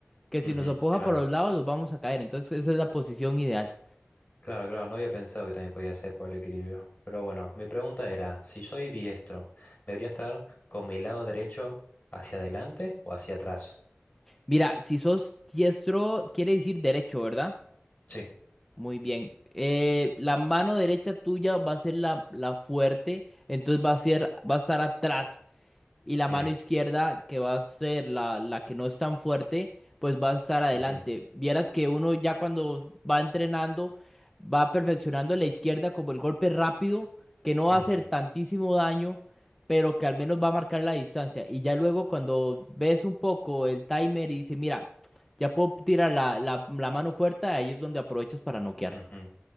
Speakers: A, in the centre; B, on the left (about 40°).
A: Que si
B: Ujú,
A: nos empuja
B: Claro,
A: por los lados, nos vamos a caer. Entonces esa es la posición ideal.
B: claro, claro. No había pensado que también podía ser por el equilibrio. Pero bueno, mi pregunta era, si soy diestro, ¿debería estar con mi lado derecho hacia adelante o hacia atrás?
A: Mira, si sos diestro, quiere decir derecho, ¿verdad?
B: Sí.
A: Muy bien. Eh, la mano derecha tuya va a ser la, la fuerte, entonces va a ser, va a estar atrás. Y la mano
B: Mm,
A: izquierda, que va a ser la, la que no es tan fuerte, pues va a estar adelante.
B: ujú,
A: Vieras que uno ya cuando va entrenando, va perfeccionando la izquierda como el golpe rápido, que no va
B: ujú,
A: a hacer tantísimo daño, pero que al menos va a marcar la distancia. Y ya luego cuando ves un poco el timer y dices, mira, ya puedo tirar la, la la mano fuerte, ahí es donde aprovechas para noquear.
B: ujú,